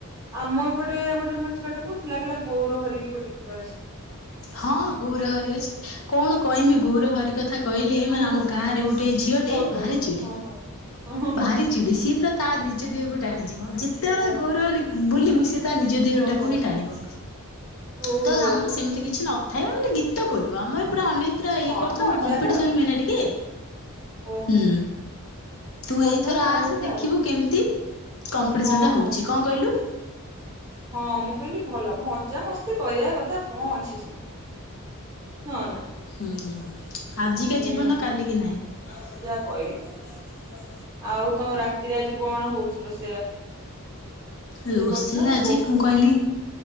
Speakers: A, on the right; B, on the left.
A: ଆମ ଏପଟେ ଗୋଟେ ମୋତେ ଝିଅଟେ କହୁଥିଲା କହିଲା ଗୌରହରି ବି ଗୋଟେ ଗୀ ତ ଅଛି।
B: ହଁ ଗୌରହରି ଅଛି କଣ କହିମି ଗୌରହରି କଥା। କହିଲେ
A: ହୁଁ
B: ମାନେ
A: ହୁଁ
B: ଆମ
A: ହୁଁ
B: ଗାଁଆରେ ଗୋଟେ ଝିଅଟେ
A: କହ କହ
B: ଭାରି
A: କହ
B: ଚିଡେ,
A: ହଁ ହଁ। ଓ ହୋ
B: ଭାରି ଚିଡେ ସିଏ ପୁରା ତା ନିଜ ଦେହକୁ ଟାଣିଯିବ ଯେତେବେଳେ
A: ହୋ ଓହୋ
B: ଗୌରହରି ବୋଲିବୁ ତା ନିଜ ଦେହଟାକୁ
A: ହଁ ହଁ
B: ହିଁ ଟାଣିବ,
A: ଓହୋ।
B: ତ ଆମର ସେମିତି କିଛ୍ ନଥାଏ ଏମିତି ଗୀତ ବୋଲୁ ଆମର ପୁରା ଅନେକ୍। ପୁରା ଏ
A: ହଁ
B: କରିଥାଉ
A: ମଜାରେ
B: କମ୍ପିଟେସନ୍
A: ଆଉ
B: ହୁଏନା ଟିକେ,
A: ଓ
B: ହୁଁ ତୁ
A: ମଜା
B: ଏଇଥର
A: ବର
B: ଆସ
A: ଗୋଟେ
B: ଦେଖିବୁ
A: ଆଉ
B: କେମିତି? କମ୍ପିଟିସନଟା
A: ହଁ
B: ହଉଛି,
A: ହଁ ହଁ।
B: କଣ କହିଲୁ?
A: ହଁ ମୁଁ କହିଲି ଭଲ ମଜା ମସ୍ତି କରିବା କଥା କଣ ଅଛି ସେଥିରେ ନ ନା।
B: ହୁଁ ଆଜିକା
A: ହୁଁ
B: ଜିବନ କାଲିକି ନାହିଁ। ହ
A: ଯାହା କହିଲୁ ଆଉ ତମ ରାତିରେ ଆଜି କଣ ହଉଛି ରୋଷ
B: ରୋଷେଇ
A: କରୁଛୁ ନା
B: ଆଜି
A: ତୋ ବୋଉ
B: ମୁଁ
A: କରୁଛି?
B: କହିଲି